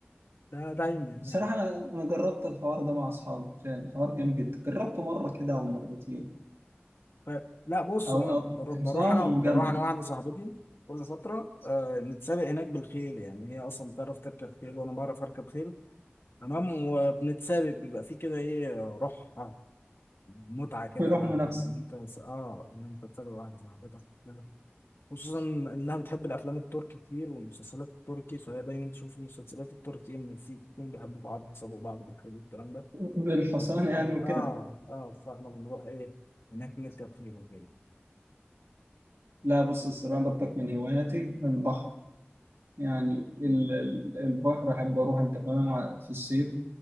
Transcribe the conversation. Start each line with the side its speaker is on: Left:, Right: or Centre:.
Left: ده دايما
Right: بصراحة
Left: يعني
Right: أنا أنا جربت الحوار ده مع أصحابي فعلا حوار جامد جدا جربته مرة كده أو مرتين
Left: ف... لا بص
Right: أو
Left: انا
Right: أو
Left: بروح
Right: حصان
Left: انا بروح
Right: وجمل
Left: انا واحده صاحبتي كل فتره آه، نتسابق هناك بالخيل يعني هي اصلا بتعرف تركب خيل وانا بعرف اركب خيل تمام وبنتسابق بيبقى فيه كده ايه روح متعة كده
Right: ويروحوا منافسة
Left: ان انت س- اه ان انت تسابق واحدة صاحبتك كده خصوصا انها بتحب الافلام التركي كتير والمسلسلات التركي فهي دايما تشوف المسلسلات التركي ان في اتنين بيحبوا بعض بيسابقوا بعض بالخيل والكلام ده
Right: بالحصان
Left: ف- فاحنا
Right: يعني
Left: ب- اه
Right: وكده
Left: اه فاحنا بنروح ايه هناك نركب خيل وكده
Right: لا بص الصراحة برضك من هواياتي البحر يعني ال- ال- البحر أحب أروح أنت فاهم ع- في الصيف